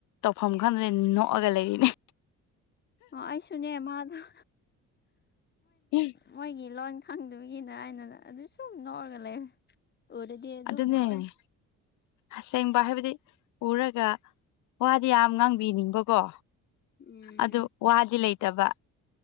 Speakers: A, on the left; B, on the left.
A: ꯇꯧꯐꯝ ꯈꯪꯗꯅꯦ ꯅꯣꯛꯑꯒ ꯂꯩꯔꯤꯅꯦ
B: ꯑꫭ ꯑꯩꯁꯨꯅꯦ ꯃꯥꯗꫭ
A: ꯑꯌꯥ
B: ꯃꯣꯏꯒꯤ ꯂꯣꯟ ꯈꯪꯗꯕꯒꯤꯅ ꯑꯩꯅ ꯑꯗꯨ ꯁꯨꯝ ꯅꫭꯛꯑꯒ ꯂꯩ ꯎꯔꯗꯤ ꯑꯗꯨꯝ
A: ꯑꯗꯨꯅꯦꯅꯦ
B: ꯅꯣꯛꯑꯦ
A: ꯑꯁꯦꯡꯕ ꯍꯥꯏꯕꯗꯤ ꯎꯔꯒ ꯋꯥꯗꯤ ꯌꯥꯝ ꯉꯥꯡꯕꯤꯅꯤꯡꯕꯀꯣ
B: ꯎꯝ
A: ꯑꯗꯨ ꯋꯥꯗꯤ ꯂꯩꯇꯕ